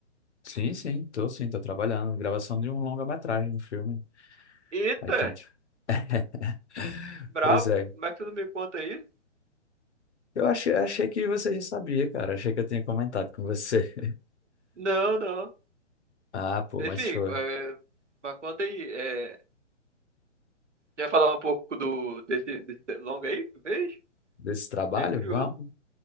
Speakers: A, on the left; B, on the right.
A: sim, sim, tô sim, tô trabalhando. Gravação de um longa-metragem, um filme.
B: Eita,
A: A gente. <laughs>
B: brabo.
A: Pois é,
B: Como é que tu não me conta isso?
A: Eu achei, achei que você já sabia, cara. Achei que eu tinha comentado com você. <laughs>
B: Não, não.
A: Ah, pô,
B: Enfim,
A: mas foi.
B: é, mas conta aí. É, quer falar um pouco do, desse, desse longa aí que tu fez?
A: Desse trabalho?
B: Fiquei curioso.
A: Vamos.